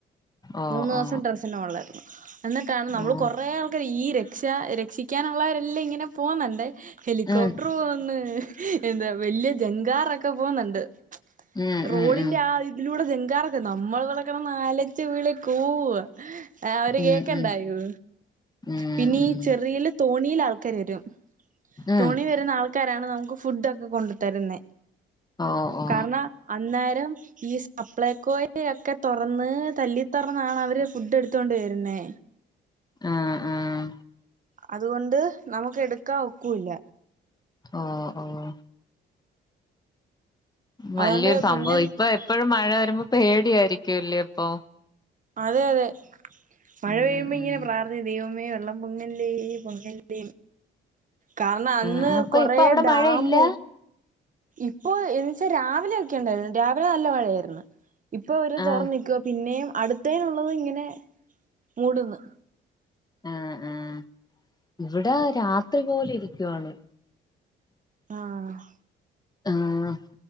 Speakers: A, on the left; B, on the right.
A: ഓ
B: മൂന്ന് ദിവസം
A: ഓ
B: ഡെറസിന്റെ മുകളിലായിരുന്നു എന്നിട്ടാണ് നമ്മള്
A: ഓ
B: കുറേ ആൾക്കർ ഈ ര- രക്ഷ രക്ഷിക്കാനുള്ളവരെല്ലാം ഇങ്ങനെ പോകുന്നുണ്ടേ ഹെലികോപ്റ്റർ
A: ഉം
B: പോകുന്ന് എന്താ വലിയ ജംഗാറൊക്കെ പോകുന്നുണ്ട്
A: ഉം
B: റോഡിന്റെ
A: ഉം ഉം
B: ആ- ഇതിലൂടെ ജങ്കാറൊക്കെ നമ്മൾ വിളക്കെ അലച്ചു വിളിച്ചു കൂവ ആ അവര്
A: ഉം
B: കേൾക്കണ്ടായോ
A: ഉം ഉം
B: പിന്നെ
A: ഉം
B: ചെറിയൽ തോണിൽ ആൾക്കാർ വരും
A: ഉം
B: തോണി വരുന്ന ആൾക്കാരാണ് നമുക്ക് ഫുഡ് ഒക്കെ കൊണ്ടു തരുന്നെ
A: ഓ ഓ
B: കാരണം അന്നേരം ഈ- സപ്പ്ളേക്കോയി ഒക്കെ തുറന്ന് തല്ലി തുറന്നാണ് അവര് ഫുഡ് എടുത്തൊണ്ട് വരുന്നേ
A: ആഹ് ആഹ്
B: അതുകൊണ്ട് നമുക്ക് എടുക്കാൻ ഒക്കൂല്ല
A: ഓഹ് ഓഹ് വലിയൊരു
B: അതുകൊണ്ട്
A: സംഭവം
B: പിന്നെ
A: ഇപ്പൊ എപ്പോഴും മഴ വരുമ്പോ പേടിയായിരിക്കുംല്ലേ ഇപ്പൊ
B: അതെ അതെ മഴ
A: ഉം
B: പെയ്യുമ്പോ ഇങ്ങനെ
A: ഉം
B: പ്ര- അത് ദൈവമേ വെള്ളം പോങ്ങല്ലേ പൊങ്ങല്ലേ കാരണം അന്ന്
A: ആഹ് അപ്പൊ
B: കൊറേ
A: ഇപ്പൊ അവിടെ
B: ഡാമ-
A: മഴയില്ല
B: ഇപ്പൊ എന്ന് വച്ചാ രാവിലെ ഒക്കെണ്ടായിരുന്നു രാവിലെ നല്ല മഴയായിരുന്നു ഇപ്പൊ അവര്
A: ആഹ്
B: തുറ നിൽക്കുവ പിന്നെയും അടുത്തേനുള്ളത് നു ഇങ്ങനെ മൂടുന്നു
A: ആഹ് ആഹ് ഇവിടെ രാത്രി പോലെ ഇരിക്കുവാണ്
B: ആഹ്
A: ആഹ്